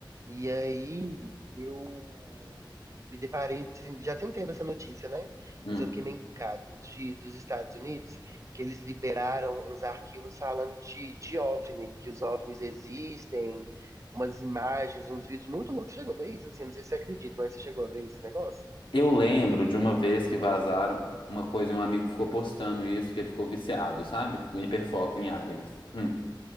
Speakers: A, on the right; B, on the left.
A: E aí, eu me deparei. de- Já tem um tempo essa notícia, né?
B: Hum.
A: Mas eu fiquei meio encucado de, dos Estados Unidos, que eles liberaram uns arquivos falando de, de OVNI, que os OVNIs existem, umas imagens, uns vídeos muito loucos. Você chegou a ver isso? Assim, não sei se você acredita, mas você chegou a ver esse negócio?
B: Eu lembro de uma vez que vazaram uma coisa e um amigo ficou postando isso, que ele ficou viciado, sabe? Hiperfoco em aliens. Hum.